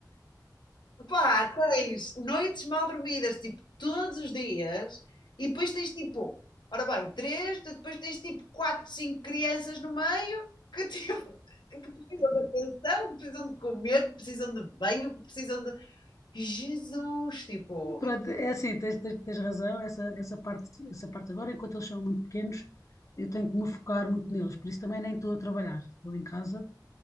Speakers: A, on the left (about 85°); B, on the left (about 45°).
A: Pá, tens noites mal dormidas, tipo, todos os dias, e depois tens tipo, ora bem, três, depois tens tipo quatro, cinco crianças no meio que, tipo, <laughs> que precisam de atenção, que precisam de comer, que precisam de banho, que precisam de. Jesus, tipo,
B: Pronto,
A: e,
B: é assim, tens, tens, tens razão, essa, essa parte, essa parte agora, enquanto eles são muito pequenos, eu tenho que me focar muito neles, por isso também nem estou a trabalhar, estou em casa